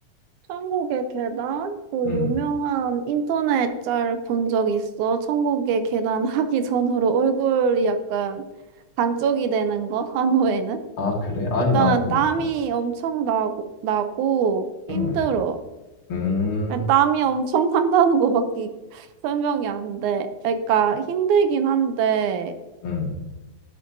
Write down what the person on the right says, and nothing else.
천국의 계단? 그
유명한 인터넷 짤 본 적 있어? 천국의 계단 하기 전으로 얼굴이 약간 반쪽이 되는 거? 한호에는?
일단은
땀이
엄청 나고, 나고 힘들어.
땀이 엄청 난다는 거밖에 <laughs> 설명이 안 돼. 그러니까 힘들긴 한데,